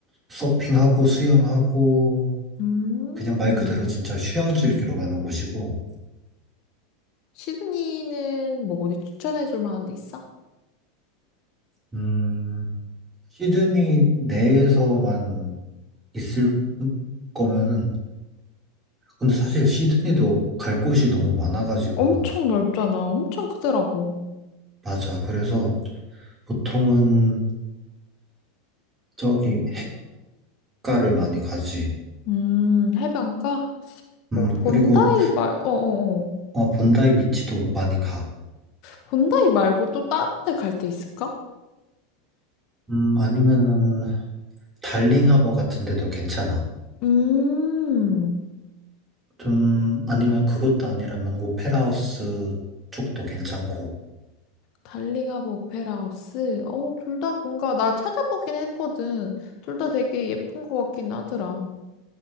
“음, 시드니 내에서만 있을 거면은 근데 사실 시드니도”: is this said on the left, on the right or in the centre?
Right